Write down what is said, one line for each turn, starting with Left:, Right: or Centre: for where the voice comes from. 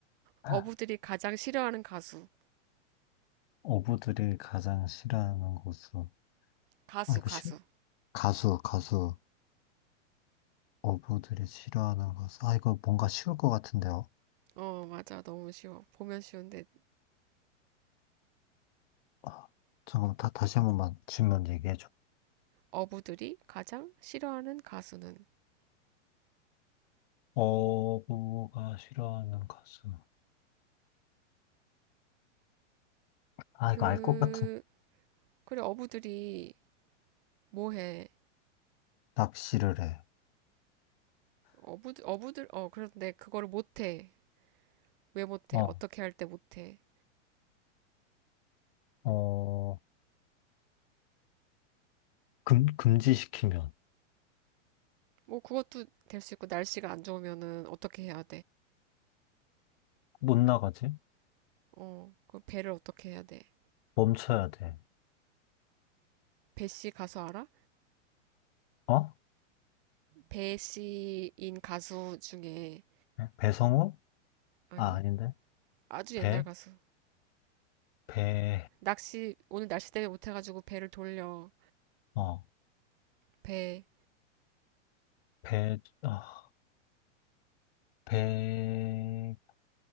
Left: <laughs>
Right: 어부들이 가장 싫어하는 가수.
Left: 어부들이 가장 싫어하는 곳으로.
Right: 가수,
Left: 아, 이거
Right: 가수.
Left: 가수, 가수. 어부들이 싫어하는 가수. 아, 이거 뭔가 쉬울 것 같은데요.
Right: 어, 맞아. 너무 쉬워. 보면 쉬운데
Left: 아, 잠깐만, 다, 다시 한 번만 질문 얘기해줘.
Right: 어부들이 가장 싫어하는 가수는
Left: 어부가 싫어하는 가수. 아,
Right: 그
Left: 이거 알 것 같은.
Right: 그래 어부들이 뭐해
Left: 낚시를 해.
Right: 어부 어부들 어 그런데 그거를 못해 왜 못해
Left: 어,
Right: 어떻게 할 때 못해
Left: 어, 금, 금지시키면
Right: 뭐 그것도 될 수 있고 날씨가 안 좋으면은 어떻게 해야
Left: 못 나가지?
Right: 돼어그 배를 어떻게 해야 돼
Left: 멈춰야 돼.
Right: 배씨 가수 알아
Left: 어?
Right: 배씨인 가수 중에
Left: 배성우?
Right: 아니
Left: 아, 아닌데.
Right: 아주
Left: 배?
Right: 옛날 가수
Left: 배,
Right: 낚시 오늘 날씨 때문에 못해가지고 배를 돌려
Left: 어,
Right: 배
Left: 배, 아, 배,